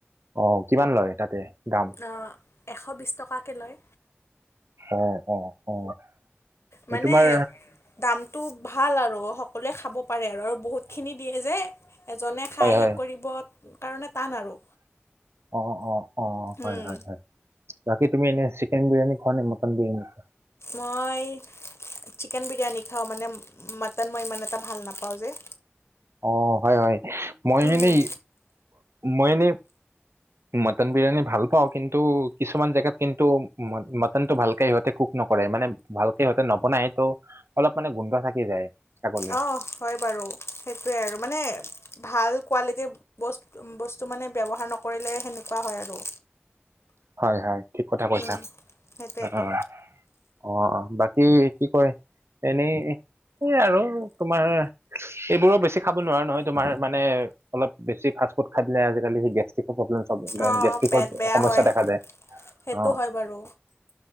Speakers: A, on the right (about 80°); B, on the left (about 85°).
A: অ কিমান লয় তাতে দাম
B: অ এশ বিছ টকাকে লয়
A: অ অ অ
B: মানে
A: এই তোমাৰ
B: দামটো ভাল আৰু সকলোৱে খাব পাৰে আৰু বহুতখিনি দিয়ে যে এজনে খাই
A: হয় হয়
B: শেষ কৰিব কাৰণে টান আৰু।
A: অ অ অ অ হয়
B: উম,
A: হয় হয় বাকী তুমি এনেই চিকেন বিৰিয়ানী খোৱা নে মটন বিৰিয়ানী?
B: মই চিকেন বিৰিয়ানী খাওঁ মানে মাটন মই ইমান এটা ভাল নাপাওঁ যে।
A: অ হয় হয় মই
B: উম,
A: এনেই মই এনেই,,, মটন বিৰিয়ানী ভাল পাওঁ কিন্তু কিছুমান জেগাত কিন্তু মট মট সনটো ভালকে সিহঁতে কুক নকৰে মানে ভালকে সিহঁতে নবনাই তটো অলপ মানে গোন্ধ থাকি যায়। ছাগলী
B: অঁ হয় বাৰু সেইটোৱে আৰু মানে ভাল কোৱালিটিৰ,, বস বস্তু মানে ব্যৱহাৰ নকৰিলে সেনেকুৱা হয় আৰু।
A: হয়ঁ হয়ঁ ঠিক কথা কৈছা
B: উম। সেইটোৱেতো
A: অঁ অঁ। অঁ অঁ বাকী কি কয় এনেই এই আৰু তোমাৰ,,, এইবোৰো বেছি খাব নোৱাৰো নহয় তোাৰানে অলপ বেছি ফাষ্ট ফুড খাই দিলে আজি কালি গেষ্ট্ৰিকো প্ৰব্লেম
B: অ',
A: গেষ্টিকৰ
B: পেট বেয়া
A: সমস্যা
B: হয়
A: দেখা যায়
B: সেইটো
A: অ
B: হয় বাৰু